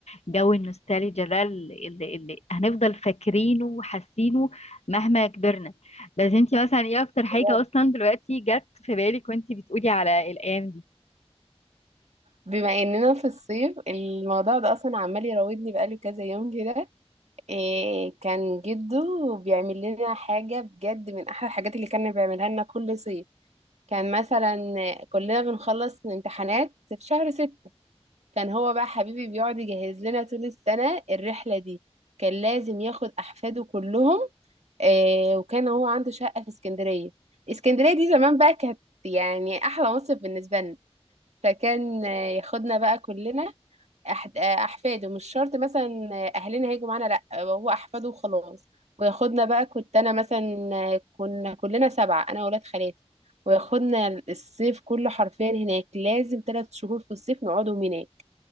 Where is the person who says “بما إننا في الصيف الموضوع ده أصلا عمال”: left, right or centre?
Right